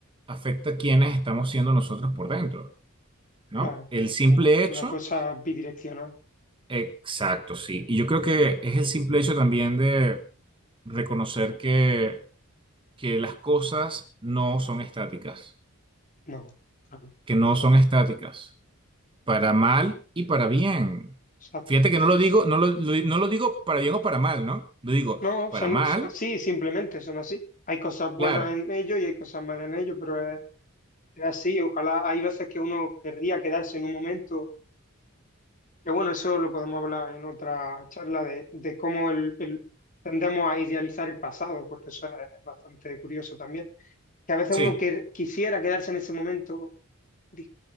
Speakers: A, on the right; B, on the left.
A: afecta a quienes estamos siendo nosotros por dentro. ¿no?
B: claro.
A: El simple
B: Una,
A: hecho,
B: una cosa bidireccional,
A: exacto, sí. Y yo creo que es el simple hecho también de reconocer que, que las cosas no son estáticas,
B: no, claro,
A: que no son estáticas, para mal y para bien.
B: exacto.
A: Fíjate
B: Y
A: que
B: por
A: no lo
B: eso.
A: digo, no lo, lo- no lo digo para bien o para mal, ¿no? Lo digo
B: No,
A: para
B: son,
A: mal,
B: son así, simplemente son así. Hay cosas buenas
A: claro,
B: en ellos y hay cosas malas en ellos, pero es, es así. Ojalá hay veces que uno querría quedarse en un momento Que bueno, eso lo podemos hablar en otra charla de, de cómo el, el- tendemos a idealizar el pasado, porque eso es bastante curioso también. Que a veces
A: sí,
B: uno que, quisiera quedarse en ese momento, di-